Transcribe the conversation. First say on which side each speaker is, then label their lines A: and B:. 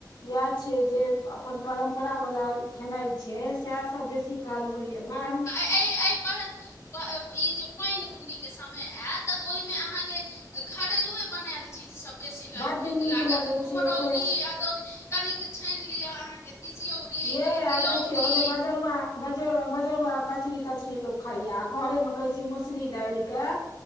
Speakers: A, on the left; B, on the left.
A: वएह छै जे अपन परम्परा वालला खेनाइ छै, सएह सब बेसी काल होइया बाहरी
B: एहि एहि परहक पानि बुनीके समय आयत, ओहिमे अहाँके घरेलए अपनबनायल चीजसभ। बेसी नीक
A: बड्ड
B: लागत,
A: लगै
B: कुमहरौरी,
A: छै ओकरे
B: अदौरी, कनिक छानि लिअ अहाँके तीसियोड़ी,
A: ये
B: कनी तिलौड़ी।
A: आ देखियौ जे बजरुआ बज बजरुआ कचरी -तचरी लोग खाया, घरे मे कहै छी, मसुरी दाइलिकै